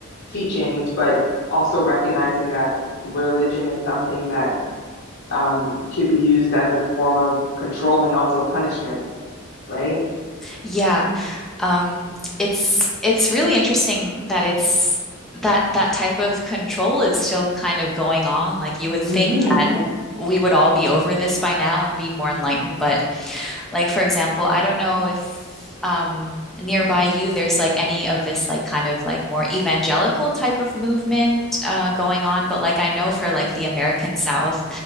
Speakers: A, on the left; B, in the centre.
A: teachings, but also recognizing that religion is something that um could be used as a form of control and also punishment, right?
B: Yeah. Um, it's it's really interesting that it's that that type of control is still kind of going on. Like you would think
A: Mm-hmm.
B: that we would all be over this by now and be more enlightened, but like for example, I don't know if um nearby you there's like any of this like kind of like more evangelical type of movement uh going on, but like I know for like the American South,